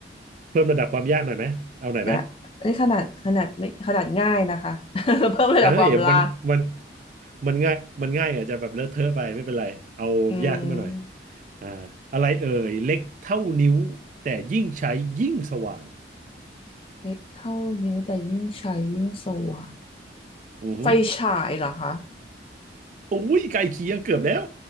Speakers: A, on the right; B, on the left.
A: เพิ่มระดับความยากหน่อยไหมเอาหน่อยไหม
B: และนี่ขนาดขนาดไม่ขนาดง่ายนะคะ <laughs> เพิ่มระดับความลาก
A: เอ้ยมันมันมันง่ายมันง่ายอาจจะแบบเลอะเทอะไปไม่เป็นไรเอายากขึ้นมาหน่อย
B: อืม
A: อ่าอะไรเอ่ยเล็กเท่านิ้วแต่ยิ่งใช้ยิ่งสว่าง
B: เล็กเท่านิ้วแต่ยิ่งใช้ยิ่งสว่าง
A: อือหือ
B: ไฟฉายเหรอคะ
A: อุ้ยไกลเคียงเกือบแล้ว